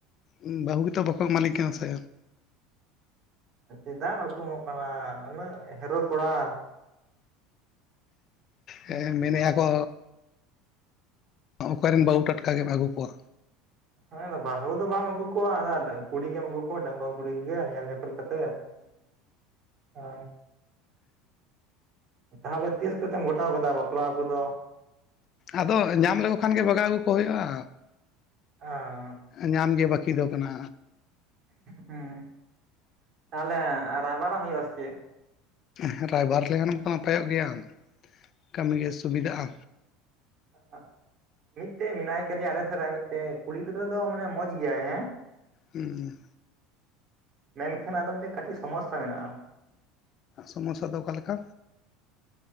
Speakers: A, on the left (about 45°); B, on the right (about 45°).
A: ᱮᱢ, ᱵᱟᱹᱦᱩ ᱜᱮᱛᱚ, ᱵᱟᱠᱚ ᱮᱢᱟᱞᱤᱧ ᱠᱟᱱᱟ ᱥᱮ᱾
B: ᱪᱮᱫᱟᱜ ᱵᱟᱠᱚ ᱮᱢᱚᱜ ᱠᱟᱱᱟ, ᱩᱱᱟᱹᱜ ᱦᱮᱨᱳ ᱠᱚᱲᱟ?
A: ᱮᱸ,
B: ᱦᱮᱸ
A: ᱢᱮᱱᱮᱜᱼᱟ ᱠᱚ ᱚᱠᱟᱨᱮᱱ ᱵᱟᱹᱦᱩ, ᱴᱟᱴᱠᱟ ᱜᱮᱢ ᱟᱹᱜᱩ ᱠᱚᱣᱟ᱾
B: ᱦᱮᱸ ᱟᱫᱚ ᱵᱟᱦᱩ ᱫᱚ ᱵᱟᱢ ᱟᱹᱜᱩ ᱠᱚᱣᱟ, ᱟᱫᱚ ᱠᱩᱲᱤ ᱜᱮᱢ ᱟᱹᱜᱩ ᱠᱚᱣᱟ, ᱰᱟᱹᱝᱜᱩᱣᱟᱹ ᱠᱩᱲᱤ ᱜᱮ, ᱧᱮᱞ ᱧᱮᱯᱮᱞ ᱠᱟᱛᱮ, ᱦᱮ ᱛᱟᱦᱚᱞᱮ ᱛᱤᱥ ᱠᱚᱛᱮᱢ ᱜᱚᱴᱟᱣ ᱠᱟᱫᱟ, ᱵᱟᱯᱞᱟ ᱠᱚᱫᱚ?
A: ᱟᱫᱚ ᱧᱟᱢ ᱞᱮᱠᱚ ᱠᱷᱟᱱ ᱜᱮ, ᱵᱟᱜᱟᱣ ᱟᱜᱩ ᱠᱚ ᱦᱳᱭᱳᱜᱼᱟ᱾
B: ᱟᱸ,
A: ᱧᱟᱢ ᱜᱮ ᱵᱟᱹᱠᱤ ᱫᱚ ᱠᱟᱱᱟ᱾
B: ᱦᱩᱸ, ᱛᱟᱦᱚᱞᱮ ᱨᱟᱭᱵᱟᱨᱟᱢ ᱦᱳᱭᱳᱜᱼᱟ, ᱥᱮ ᱪᱮᱜ?
A: ᱦᱮ ᱨᱟᱭᱵᱟᱨ ᱞᱮᱠᱷᱟᱱ ᱦᱚᱸ ᱛᱚ ᱱᱟᱯᱟᱭᱚᱜ ᱜᱮᱭᱟ, ᱠᱟᱹᱢᱤ ᱜᱮ ᱥᱩᱵᱤᱫᱷᱟᱜᱼᱟ᱾
B: <unintelligible> ᱢᱤᱫᱴᱮᱡ ᱢᱮᱱᱟᱭ ᱠᱟᱫᱮᱭᱟ, ᱟᱞᱮ ᱥᱮᱜᱨᱮ, ᱢᱤᱫᱴᱮᱡ ᱠᱩᱲᱤ ᱜᱤᱫᱽᱨᱟᱹ ᱫᱚ, ᱢᱟᱱᱮ ᱢᱚᱸᱡᱽ ᱜᱮᱭᱟᱭ ᱦᱮᱸ
A: ᱩᱸ᱾
B: ᱢᱮᱱᱠᱷᱟᱱ ᱟᱫᱚ ᱢᱤᱫᱴᱤᱡ ᱠᱟᱹᱴᱤᱡ ᱥᱚᱢᱚᱥᱥᱟ ᱢᱮᱱᱟᱜᱼᱟ
A: ᱥᱚᱢᱚᱥᱥᱟ ᱫᱚ ᱚᱠᱟᱞᱮᱠᱟ